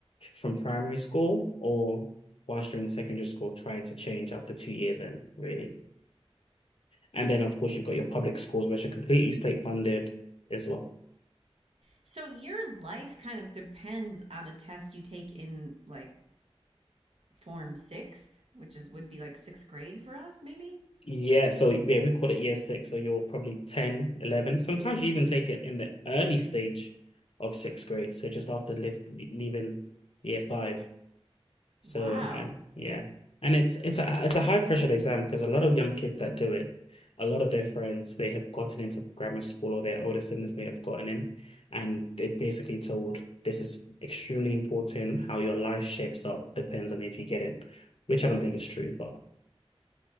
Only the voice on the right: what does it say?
So your life kind of depends on a test you take in like form six, which is would be like sixth grade for us, maybe?
Wow.